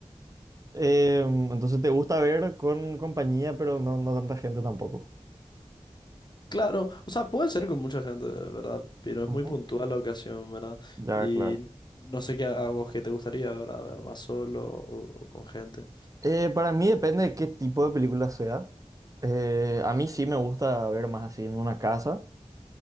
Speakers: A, on the right (about 30°); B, on the left (about 35°).
A: Em, entonces te gusta ver con compañía pero no, no tanta gente tampoco.
B: Claro, o sea, puede ser con mucha gente, ¿verdad? Pero
A: Ujú.
B: es muy puntual la ocasión, ¿verdad?
A: Ya,
B: Y
A: claro.
B: no sé qué a, a vos qué te gustaría, ¿verdad? Ver más solo o, o con gente.
A: Eh, para mí depende de qué tipo de película sea. Eh, a mí sí me gusta ver más así en una casa.